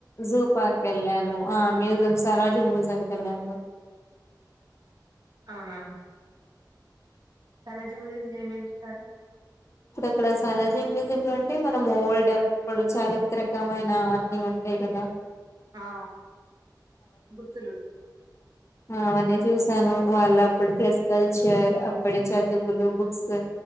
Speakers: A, on the left (about 40°); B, on the right (about 60°).
A: జూపార్క్ ఎల్లాను, ఆ మ్యూజమ్ సాలార్ జంగ్ మ్యూజియం కి ఎల్లాము
B: అవునా సాలార్ జంగ్ మ్యూజియం లో ఏమేం చూసారు?
A: ఇప్పుడా సాలర్ జంగ్ మ్యూజియంలో అంటే మనం ఓల్డప్పుడు చారిత్రకమైన అన్ని ఉంటాయి గదా.
B: ఆ గుర్తులు
A: ఆవన్నీ చూసాను వాళ్ళప్పుడు జెస్ కల్చర్ అప్పటి చదువులు బుక్స్